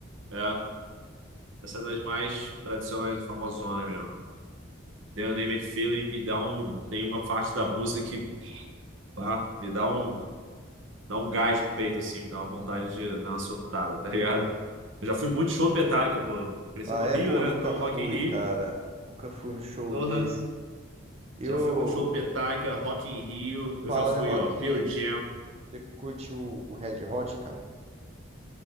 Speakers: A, on the right; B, on the right.
A: É, essa é das mais tradicionais e famosonas mesmo. The Unnamed Feeling me dá um. Tem uma parte da música que, ah, me dá um. Dá um gás no peito, assim, dá uma vontade de dar uma surtada, tá ligado? Eu já fui muito show do Metallica, pô. Cresci
B: Ah,
A: no
B: é,
A: Rio,
B: pô,
A: né?
B: nunca
A: Então,
B: fui,
A: Rock in Rio.
B: cara. Nunca fui no show
A: Porra.
B: desse. Eu,
A: Já fui muito show do Metallica, Rock in Rio. Eu
B: falando
A: já fui,
B: em Rock
A: ó, Pearl
B: in Rio,
A: Jam,
B: Você curte o, o Red Hot, cara?